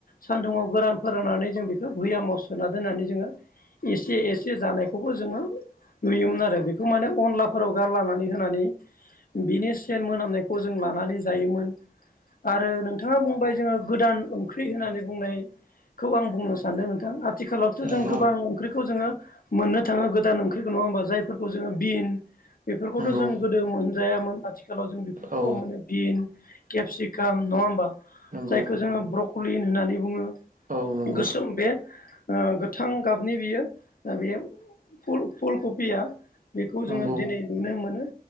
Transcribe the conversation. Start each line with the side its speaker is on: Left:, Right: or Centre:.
Left: सान्दुङाव गोरान फोराननानै जों बेखौ भैयामाव सोना दोननानै जोङो एसे एसे जानायखौबो जोङो नुयोमोन आरो बेखौ माने अनलाफोराव गारलानानै होनानै बिनि सेन मोनामनायखौ जों लानानै जायोमोन। आरो नोंथाङा बुंबाय जोङो गोदान ओंख्रि होननानै बुंनायखौ आं बुंनो सानदों नोंथां। आथिखालावथ'
Right: नंगौ
Left: जों गोबां ओंख्रिखौ जोङो मोननो थाङो गोदान ओंख्रिखौ नङा होनोमबा जायफोरखौ जोङो बिन बेफोरखौथ'
Right: नंगौ
Left: जों
Right: नंगौ
Left: गोदो मोनजायामोन आथिखालाव जों बेफोरखौबो
Right: औ
Left: मोनो। बिन, केपसिकाम नङा होमबा
Right: नंगौ
Left: जायखौ जोङो ब्रक'लिन होननानै बुङो।
Right: औ नंगौ
Left: गोसोम बे गोथां गाबनि बियो बेयो फुलकबिया बेखौ
Right: नंगौ
Left: जोङो दिनै नुनो मोनो